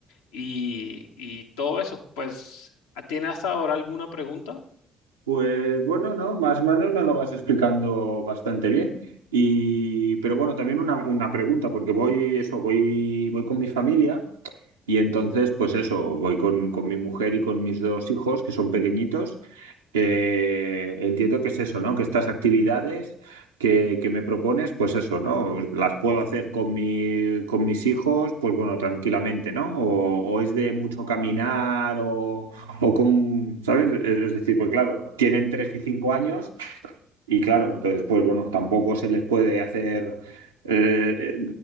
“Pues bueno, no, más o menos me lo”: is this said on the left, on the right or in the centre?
Right